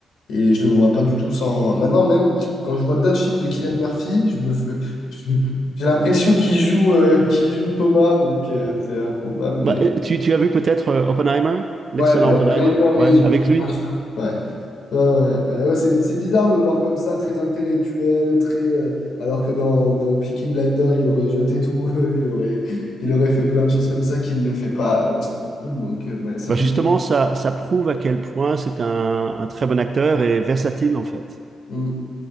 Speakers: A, on the left; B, on the right.
A: Et je le vois pas du tout sans. Maintenant, même quand je vois d'autres films de Cillian Murphy, je me fais... <laughs> je- j'ai l'impression qu'il joue, euh, qu'il joue Thomas, donc euh, c'est improbable. Mais
B: Bah, euh, tu, tu as vu peut-être euh, Oppenheimer, l'excellent
A: ouais, mais Oppenheimer,
B: Oppenheimer,
A: oui.
B: ouais, avec
A: j'ai-
B: lui.
A: Ouais, ouais, ouais. ouais. Bah ouais, c'est c'est bizarre de le voir comme ça, très intellectuel, très. euh, Alors que dans, dans Peaky Blinder, il aurait jeté tout, <laughs> il aurait, il aurait fait plein de choses comme ça qu'il ne le fait pas. dans ce film, Donc euh, ouais, ça
B: Bah,
A: fait.
B: justement, ça, ça prouve à quel point c'est un, un très bon acteur et versatile en fait.
A: Mm.